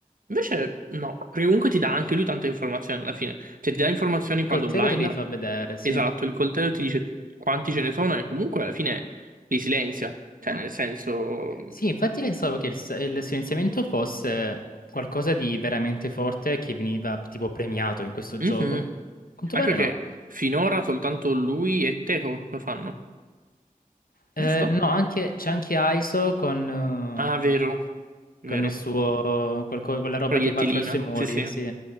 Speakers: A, on the right; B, on the left.
A: Invece no, perché comunque ti dà anche lui tante informazioni alla fine. Cioè ti dà informazioni
B: Il
A: quando
B: coltello
A: blinda.
B: te li fa vedere, sì.
A: Esatto, il coltello ti dice quanti ce ne sono e comunque alla fine li silenzia. Cioè nel senso...
B: Sì, infatti pensavo che il, s- il silenziamento fosse qualcosa di veramente forte che veniva tipo premiato in questo
A: mhm.
B: gioco. A quanto
A: Anche
B: pare
A: perché
B: no.
A: finora soltanto lui e Teco lo fanno,
B: Eh,
A: giusto?
B: no, anche- c'è anche ISO con,
A: Ah, vero,
B: eh,
A: vero.
B: con il suo, quel co- quella roba
A: Proiettilino,
B: che va attraverso i muri,
A: sì sì.
B: sì.